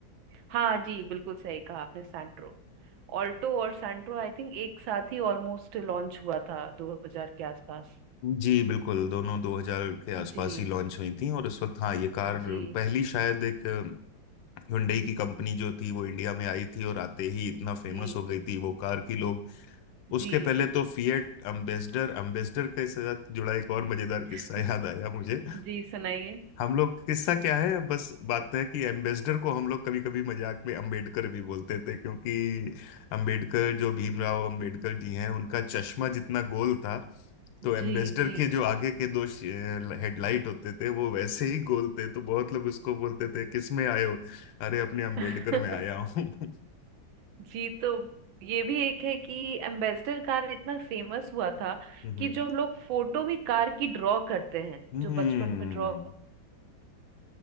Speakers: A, on the right (about 85°); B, on the left (about 75°).
A: हाँ जी बिल्कुल सही कहा आपने सैंट्रो ऑल्टो और सैंट्रो आई थिंक एक साथ ही ऑलमोस्ट लॉन्च हुआ था 2000 के आसपास
B: जी बिल्कुल दोनों 2000 के आसपास
A: जी
B: ही लॉन्च हुई थी और उस वक्त हाँ ये कार
A: जी
B: पहली शायद एक हुंडई की कंपनी जो थी वो इंडिया में आई थी और आते ही इतना फेमस
A: जी
B: हो गई थी वो कार की लोग उसके
A: जी
B: पहले तो फिएट अम्बेसडर अम्बेसडर के साथ जुड़ा एक और मजेदार किस्सा
A: <laughs>
B: याद आया मुझे
A: जी सुनाइए
B: हम लोग किस्सा क्या है बस बात है कि एम्बेसडर को हम लोग कभी कभी मजाक में अम्बेडकर भी बोलते थे क्योंकि अम्बेडकर जो भीमराव अम्बेडकर जी हैं उनका चश्मा जितना गोल था तो एम्बेसडर
A: जी जी
B: के जो आगे के दो हेडलाइट होते थे वो वैसे ही गोल थे तो बहुत लोग उसको बोलते थे किस में आए हो अरे अपने अम्बेडकर
A: <laughs>
B: में आया हूँ <laughs>
A: जी तो ये भी एक है कि एम्बेसडर कार इतना फेमस हुआ था
B: हम्म
A: कि जो हम लोग फोटो भी कार की ड्रॉ करते हैं
B: हम्म
A: जो बचपन में ड्रॉ